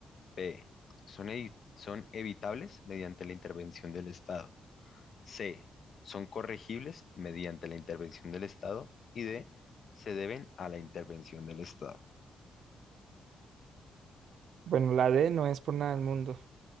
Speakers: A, on the left (about 40°); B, on the right (about 60°).
A: B. Son, evi- son evitables mediante la intervención del Estado. C. Son corregibles mediante la intervención del Estado. Y D. Se deben a la intervención del Estado.
B: Bueno, la D no es por nada del mundo.